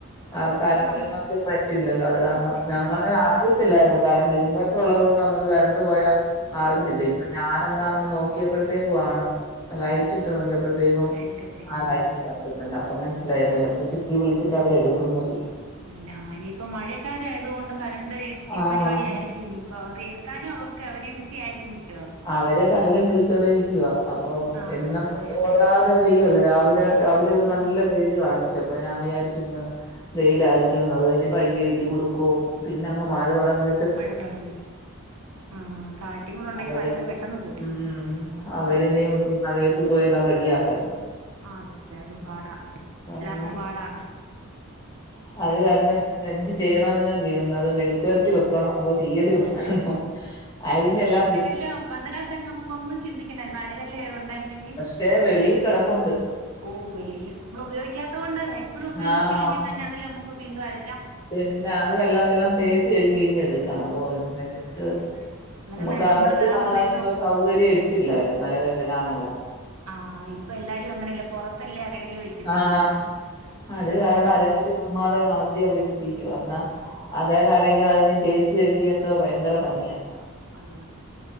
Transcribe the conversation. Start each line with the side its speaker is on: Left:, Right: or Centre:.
Left: വറത്തരക്കണമെങ്കിൽ
Right: ആഹ് അന്നിപ്പോ ന
Left: പറ്റില്ലല്ലോ അത് കാരണം
Right: പറ്റില്ല
Left: ഞങ്ങള് അറിയത്തില്ലായിരുന്നു കരണ്ട് ഇൻവെർട്ടർള്ളത് കൊണ്ട് നമ്മക്ക് കരണ്ട് പോയാ അറിഞ്ഞില്ല
Right: ഓഹ്
Left: ഇപ്പം ഞാന ന്നാന്ന് നോക്കിയപ്പഴത്തേക്കും ആണ് ലൈറ്റ്ട്ട് നോക്കിയപ്പഴത്തേക്കും
Right: എടുക്കത്തില്ല
Left: ആ ലൈറ്റ്
Right: ആഹ്
Left: കത്തുന്നില്ല. പ്പം മനസ്സിലായപ്പൊലക്ട്രിസിറ്റി വിളിച്ചിട്ട് അവരെടുക്കുന്നുല്ല.
Right: ല്ലാനിയിപ്പം മഴക്കാലായത് കൊണ്ട് കറണ്ട് ഈ
Left: ആ
Right: പരിപാടിയായിരിക്കും ഇനി ഇപ്പവർ എടുക്കാനും അവർക്ക് അവര് ബിസി ആയിരിക്കും മിക്ക
Left: അവരെ പലരും വിളിച്ചോണ്ടിരിക്കുവാ അപ്പൊ
Right: ആഹ്
Left: എന്നങ്ങ്
Right: അതെ
Left: തോരാതെ
Right: അതെ
Left: പെയ്യു അല്ലോ രാവിലെ രാവിലെ ഒരു
Right: ആഹ്
Left: നല്ല വെയില് കാണിച്ചു അപ്പൊ ഞാൻ വിചാരിച്ചിന്ന് വെയിലായിരിക്കുംന്ന് അത് കഴിഞ്ഞപ്പയ്യെ ഇടികൊടുക്കും പിന്നങ്ങ് മഴ തുടങ്ങി
Right: മഴ തുടങ്ങി. ആഹ് കാറ്റും കൂടെ ഉണ്ടെങ്കി
Left: അവരും.
Right: കരണ്ട് പെട്ടെന്ന് പോകും
Left: മ്മ് അവര് ഇനിയും
Right: അതെ
Left: ഈ മഴയത്ത് പോയെല്ലാം റെഡി ആക്കും.
Right: ആഹ് അതെ അതെ അതും പാടാ
Left: ഒരെണ്ണം.
Right: എല്ലാർക്കും പാടാ
Left: അത്
Right: അതെ
Left: കാരണം എന്ത് ചെയ്യണോന്ന് കൊണ്ട് ഇരുന്നത് മെഴുക്കുരട്ടി
Right: ഉം
Left: വെക്കണോ അതോ തീയല് വെക്കണോ അരിഞ്ഞെല്ലാവെ
Right: എല്ലാം പണ്ട് കാലതാണ് നമുക്കൊന്നും ചിന്തിക്കുണ്ടായിരുന്ന അരകല്ലെ ഉണ്ടായിരുന്നെങ്കിൽ.
Left: ദേ വെളീൽ കെടപ്പുണ്ട്.
Right: ഓ വെളിയില്. നമ്മൾ ഉപയോഗിക്കാത്തോണ്ട് എപ്പഴും ഉപയോഗിച്ചില്ലെങ്കിൽ
Left: ആഹ്
Right: തന്നെ അതിൽ നമുക്ക് വീണ്ടും അര
Left: പിന്നെ അത് വല്ലാതെല്ലാ തേച്ച് കഴുകിയങ്ങ് എടുക്കണം. ഓഹ് ഈ മഴയത്ത്
Right: അതെ അതെ അന്നേരം
Left: നമുക്ക്
Right: പിന്നെ
Left: അകത്ത്
Right: വേറെ
Left: നമ്മള്
Right: എന്തേലും
Left: അയിനുള്ള സൗകര്യം ഇട്ടില്ലായിരുന്നു അരകല്ല് ഇടാനുള്ള.
Right: ആഹ് ഇപ്പൊ എല്ലാരും അങ്ങനെയല്ലെ പൊറത്തല്ലേ അരകല് വെക്കുന്നേ
Left: ആഹ്
Right: ഇപ്പൊ.
Left: അത് കാരണം അരക്കല്ല് ചുമ്മാതെ കമത്തി അവിടെ ഇട്ടിരിക്കുവ അന്നാ
Right: ഇട്ടേക്കുവാ
Left: അതേല് അര കഴിഞ്ഞ തേച്ച് കഴുകിയൊക്കാൻ ഭയങ്കര പണിയാ.
Right: അയ്യോ അതെ.